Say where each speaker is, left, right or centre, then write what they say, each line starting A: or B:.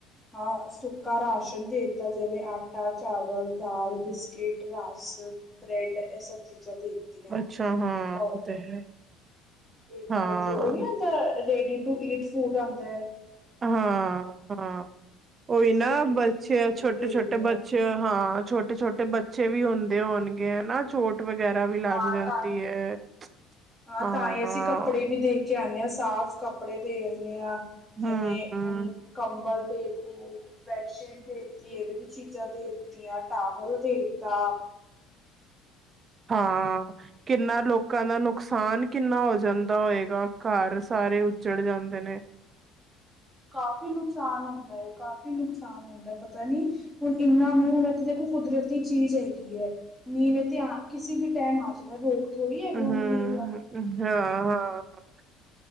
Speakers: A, in the centre; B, on the right (about 25°).
A: ਹਾਂ ਸੁੱਕਾ ਰਾਸ਼ਨ ਦੇਤਾ ਜਿਵੇਂ ਆਟਾ, ਚਾਵਲ, ਦਾਲ, ਬਿਸਕਿਟ, ਰਸ ਬ੍ਰੈਡ ਐ ਸਭ ਚੀਜ਼ਾਂ ਦੇਖਤੀਆਂ
B: ਅੱਛਾ ਹਾਂ ਉਹ
A: ਔਰ
B: ਤੇ ਹੈ
A: ਤੇ
B: ਹਾਂ
A: ਔਰ ਜੋ ਓਹ ਨੀ ਹੁੰਦਾ ਰੇਡੀ ਟੂ ਈਟ ਫੂਡ ਆਂਉਦਾ
B: ਹਾਂ, ਹਾਂ। ਓਹੀ
A: ਅਸੀਂ
B: ਨਾ
A: ਰੈਡੀ ਟੂ
B: ਬੱਚੇ
A: ਈਟ ਫੂਡ
B: ਛੋਟੇ-ਛੋਟੇ
A: ਵੀ ਦੇ ਦਿੰਦੇ
B: ਬੱਚੇ
A: ਹਾਂ
B: ਹਾਂ ਛੋਟੇ-ਛੋਟੇ ਤੇ ਬੱਚੇ ਵੀ ਹੁੰਦੇ ਹੋਣਗੇ, ਹੈ ਨਾ। ਛੋਟ ਵਗੈਰਾ ਵੀ ਲੱਗ
A: ਹਾਂ
B: ਜਾਂਦੀ
A: ਟਾਈਮ
B: ਐ,
A: ਹਾਂ
B: ਹਾਂ।
A: ਤਾਂ ਹੀ ਅਸੀਂ ਕੱਪੜੇ ਵੀ ਦੇ ਕੇ ਆਣੇ ਆਂ, ਸਾਫ਼ ਕੱਪੜੇ ਦੇ ਆਉਂਦੇ ਆਂ। ਜਿਵੇਂ
B: ਹਮ
A: ਹੁਣ ਕੰਬਲ ਦੇਤੀ। ਬੈਡਸ਼ੀਟ ਦੇਤੀ, ਏਵੇ ਦੀ ਚੀਜ਼ਾਂ ਦੇਤੀਆਂ, ਟਾਵਲ ਦੇਤਾ।
B: ਹਾਂ। ਕਿੰਨਾ ਲੋਕਾਂ ਦਾ ਨੁਕਸਾਨ ਕਿੰਨਾ ਹੋ ਜਾਂਦਾ ਹੋਏਗਾ, ਘਰ ਸਾਰੇ ਉੱਜੜ ਜਾਂਦੇ ਨੇ।
A: ਕਾਫੀ ਨੁਕਸਾਨ ਹੁੰਦਾ ਏ, ਕਾਫ਼ੀ ਨੁਕਸਾਨ ਹੁੰਦੈ ਪਤਾ ਨੀ ਹੁਣ ਇੰਨਾ ਮੀਂਹ ਏ ਤੇ ਦੇਖੋ ਕੁਦਰਤੀ ਚੀਜ਼ ਹੈਗੀ ਐਂ। ਮੀਂਹ ਨੇ ਤੇ ਆ ਕਿਸੇ ਵੀ ਟੈਮ ਆ ਜਾਣੈ, ਰੋਕ ਥੋੜ੍ਹੀ ਹੈਗਾ
B: ਅਹੂੰ,
A: ਹੁਣ ਮੀਂਹ ਦਾ
B: ਹਾਂ, ਹਾਂ।